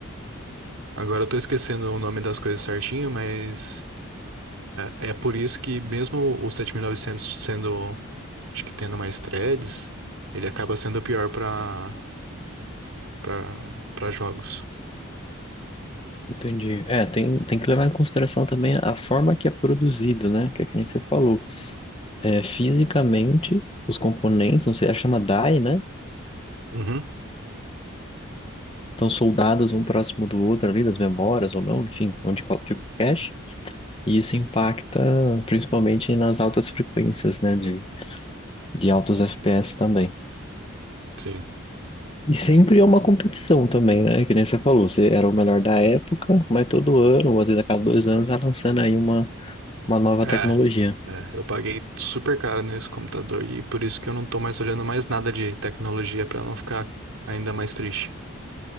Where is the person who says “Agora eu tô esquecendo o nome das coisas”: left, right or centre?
Right